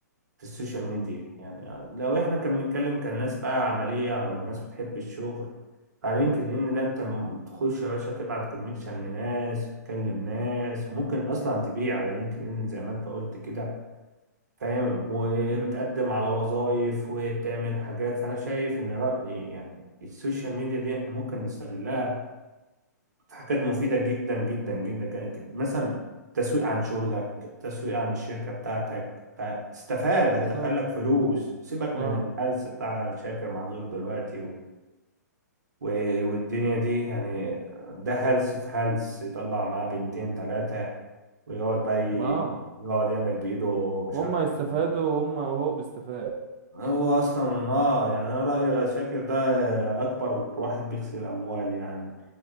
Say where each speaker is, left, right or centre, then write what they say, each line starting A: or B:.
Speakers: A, on the right; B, on the right.
A: في السوشيال ميديا يعني لو احنا كنا بنتكلم كان ناس بقى عملية او ناس بتحب الشغل على لينكد ان ده انت م- تخش يا باشا تبعت كونكشن لناس تكلم ناس وممكن اصلا تبيع على لينكد ان زي ما انت قلت كده فاهم وبتقدم
B: امم
A: على وظائف وبتعمل حاجات فانا شايف ان رأي يعني السوشيال ميديا دي احنا ممكن نستغلها حاجات مفيدة جدا جدا جدا جدا جداً. مثلا تسويق عن شغلك تسويق عن الشركة بتاعتك فتستفاد هتدخلك
B: بالظبط
A: فلوس سيبك من
B: اه
A: الهلس بتاع شاكر محظور دلوقتي و... و... والدنيا دي يعني ده هلس في هلس يطلع معاه بنتين تلاتة ويقعد بقى ي...
B: اه
A: يقعد يعمل بإيده مش
B: هما
A: عارف
B: يستفادوا
A: إنه-
B: وهم وهو بيستفاد
A: هو أصلا آه يعني أنا رأيي شاكر ده أكبر واحد بيغسل أموال يعني